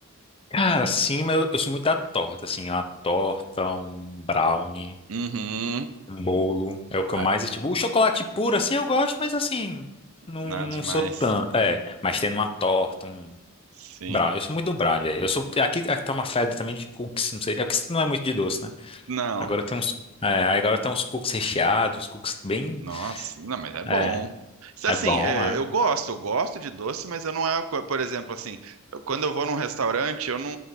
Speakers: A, on the left (about 25°); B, on the right (about 65°).
A: Cara, sim, mas eu, eu sou muito da torta, assim. Uma torta, um brownie,
B: Uhum.
A: um bolo. É o que
B: Ah,
A: eu mais. Tipo, o chocolate puro, assim, eu gosto, mas assim. Não,
B: nada
A: não
B: demais.
A: sou tanto. É, mas tendo uma torta, um
B: Sim.
A: brownie. Eu sou muito do brownie. aí. Eu sou. Aqui, aqui tá uma febre também de cookies, não sei. É porque isso não é muito de doce, né?
B: Não.
A: Agora tem uns. É, aí agora tem uns cookies recheados, uns cookies bem.
B: Nossa, não, mas é bom.
A: É,
B: Isso, Assim,
A: é bom,
B: é,
A: é.
B: eu gosto, eu gosto de doce, mas eu não é, co- por exemplo, assim, eu- quando eu vou num restaurante, eu não